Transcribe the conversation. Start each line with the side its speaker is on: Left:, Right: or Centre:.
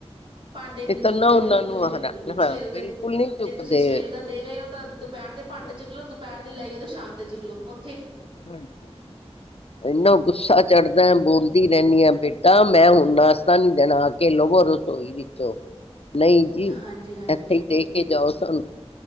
Right: ਭਾਂਡੇ ਵੀ
Left: ਇਤਨਾ
Right: ਨੀ ਚੁੱਕਦੇ
Left: ਉਹਨਾਂ
Right: ਬਿਲਕੁਲ
Left: ਨੂੰ
Right: ਜੀ ਬਿਲਕੁਲ
Left: ਹਰਾ ਹਾਂ
Right: ਸਵੇਰ ਦੇ
Left: ਬਿਲਕੁਲ ਨਹੀਂ ਚੁੱਕਦੇ
Right: ਜੇ ਤੁਸੀਂ ਸਵੇਰ ਦਾ ਦੇ ਗਏ ਔ ਤਾਂ ਦੁਪੈਰ ਦੇ ਭਾਂਡੇ
Left: ਹਾਂ
Right: ਚੁੱਕ ਲੋ ਦੁਪੈਰ ਦੇ ਲੈ ਜੋ ਤ ਸ਼ ਸਾ਼ਮ ਦੇ ਚੂਕ ਲੋ, ਔਥ
Left: ਹਾਂਜੀ, ਏਨਾ ਗੁੱਸਾ ਚੜ੍ਹਦਾ ਬੋਲਦੀ ਰੈਣੀ ਆ, ਬੇਟ ਤਾਂ ਮੈਂ ਹੁਣ ਨਾਸ਼ਤਾ ਨੀ ਦੇਣਾ ਆ ਕੇ ਲਵੋ ਰਸੋਈ ਵਿੱਚੋਂ। ਨਹੀਂ ਜੀ
Right: ਹਾਂਜੀ, ਹਾਂਜੀ,
Left: ਇੱਥੇ
Right: ਹਾਂਜੀ,
Left: ਹੀ ਦੇ ਕੇ ਜਾਓ ਸਾਨੂੰ।